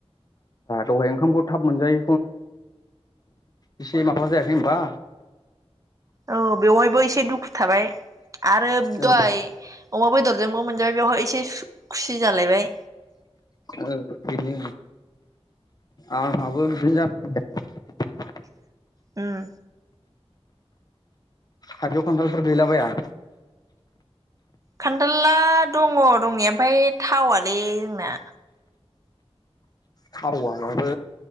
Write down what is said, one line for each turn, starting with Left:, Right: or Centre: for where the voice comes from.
Left: दहाय ओंखामखौ थाब मोनजाय एसे माबा जायाखै होनबा।
Right: औ बेवहायबो एसे दुखु थाबाय आरो
Left: ओ
Right: दहाय अमा बेदरजोंबो मोनजाबाय बेवहाय एसे खुसि जालायबाय।
Left: ओ बेनो आंहाबो <inaudible>
Right: उम।
Left: थाइजौ खन्थालफोर गैला बाया।
Right: खान्थाल दङ दंनाय ओमफ्राय थावलै जोंना।
Left: थावआबो